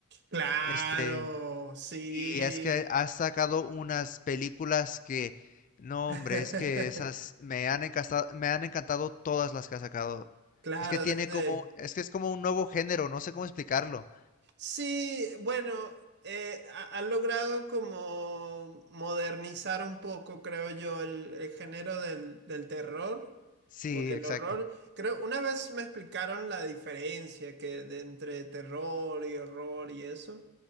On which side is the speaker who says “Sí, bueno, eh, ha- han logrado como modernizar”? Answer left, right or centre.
Right